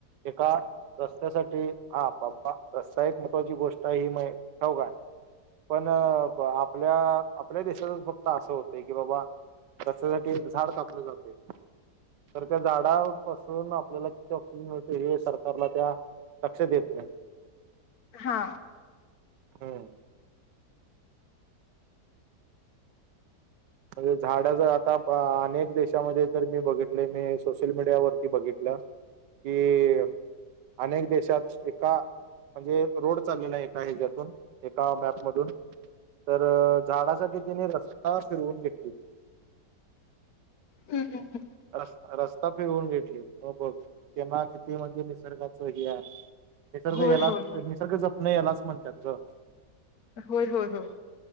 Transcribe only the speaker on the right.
एका रस्त्यासाठी हा बाबा रस्ता एक महत्त्वाची गोष्ट आहे ही मय ठेऊ काय.. पण आपल्या आपल्या देशातच फक्त असं होतं की बाबा कच्यासाठी झाड कापलं जाते. तर त्या झाडापासून आपल्याला किती ऑक्सिजन मिळत हे सरकारला त्या लक्ष देत नाही.
हम म्हणजे झाड जर आता अनेक देशामध्ये तर मी बघितले मी सोशल मीडियावररती बघितलं. कि अनेक देशात एका म्हणजे रोड चाललेला एक आहे ज्यातून एका मॅप मधून तर झाडासाठी तिने रस्ता फिरवून घेतली.
स् रस्ता फिवून घेतली म बघ तेना किती म्हणजे निसर्गाचं हे आहे.
निसर्ग यालाच
निसर्ग जपण यालाच म्हणतात ग.